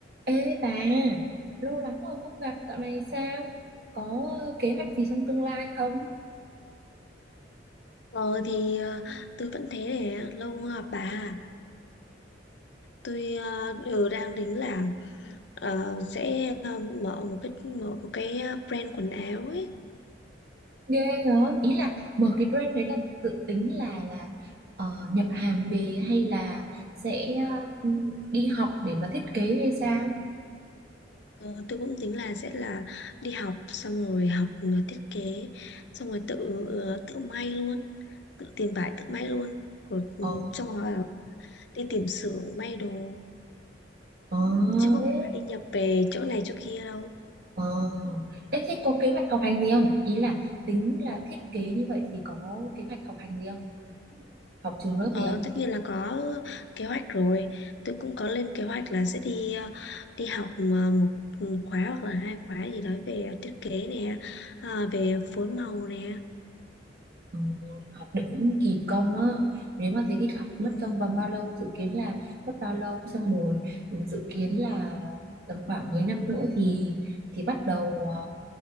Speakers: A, on the right; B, on the left.
A: Ê bà, lâu lắm rồi không gặp, dạo này sao? Có ờ, kế hoạch gì trong tương lai không?
B: Ờ thì ờ, tôi vẫn thế này lâu không gặp bà à. tôi ờ, đều đang tính là ờ, sẽ ờ, mở một cái mở một cái ờ, brand quần áo ấy
A: Ghê hả? Ý là mở cái brand đấy là tự tính là là ờ, nhập hàng về hay là sẽ ờ, đi học để mà thiết kế hay sao?
B: Ờ, tôi cũng tính là sẽ là đi học xong rồi học ờ, thiết kế xong rồi tự ờ, tự may luôn tự tìm vải tự may luôn rồi ừ,
A: Ờ,
B: xong rồi đi tìm xưởng may đồ
A: ờ,
B: chứ có phải
A: ê,
B: là đi nhập về chỗ này chỗ kia đâu
A: ờ. Ê, thế có kế hoạch học hành gì không? Ý là tính là thiết kế như vậy thì có kế hoạch học hành gì không? Học trường lớp
B: Ờ,
A: gì không?
B: tất nhiên là có kế hoạch rồi. Tôi cũng có lên kế hoạch là sẽ đi ờ, đi học mà một một khóa hoặc là hai khóa gì đó về ờ, thiết kế nè, à, về phối màu nè.
A: Ờ. đỉnh kỳ công á nếu mà thế thì học mất
B: Ừ,
A: trong vòng bao lâu dự kiến là mất bao lâu xong rồi ừ, dự kiến là tầm khoảng mấy năm nữa thì thì bắt đầu ờ,